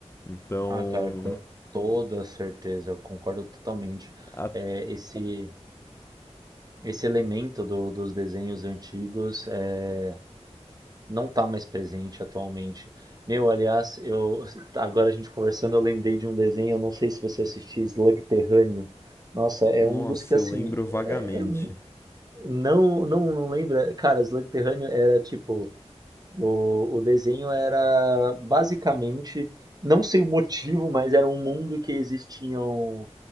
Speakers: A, on the left; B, on the right.
A: Então,
B: Ah, cara, com toda certeza, eu concordo totalmente.
A: a-
B: É, esse, esse elemento do- dos desenhos antigos é não tá mais presente atualmente. Meu, aliás, eu agora a gente conversando, eu lembrei de um desenho, eu não sei se você assistiu, Slug Terrâneo. Nossa, é
A: nossa,
B: um dos que assim,
A: eu lembro vagamente
B: é- é um- não, não, não lembra. Cara, Slug Terrâneo era tipo, o, o desenho era basicamente, não sei o motivo, mas era um mundo que existiam